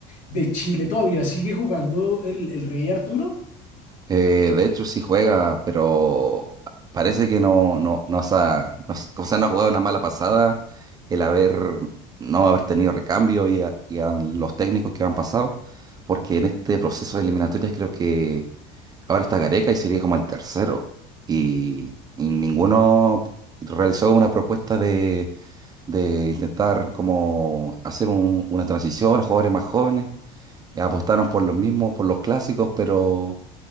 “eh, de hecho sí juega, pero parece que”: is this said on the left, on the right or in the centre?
Right